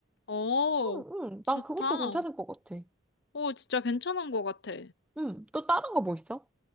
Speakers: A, on the left; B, in the centre.
A: 어
B: 응, 응.
A: 좋다.
B: 난 그것도 괜찮을 것 같아.
A: 어 진짜 괜찮은 것 같아.
B: 응, 또 다른 거 뭐 있어?